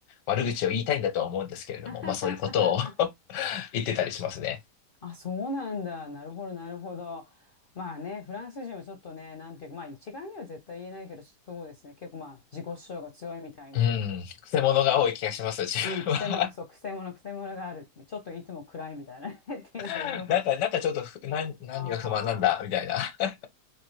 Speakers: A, on the left (about 80°); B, on the left (about 60°).
A: 悪口を言いたいんだとは思うんですけれども、
B: <laughs>
A: まあそういうことを <laughs> 言ってたりしますね。
B: あ、そうなんだ。なるほど、なるほど。まあね、フランス人はちょっとね、なんていうか、まあ一概には絶対言えないけど、そうですね。結構まあ自己主張が強いみたいな。
A: うん、くせ者が多い気がします、自分は。
B: うん、くせも、そう、くせ者、くせ者があるって。ちょっといつも暗いみたいなね。<laughs> っていうなんかいろいろ。
A: <laughs> なんか、
B: あ
A: なんかちょっとふ、なん、何が不満なんだ、
B: ーは
A: みたいな。<laughs>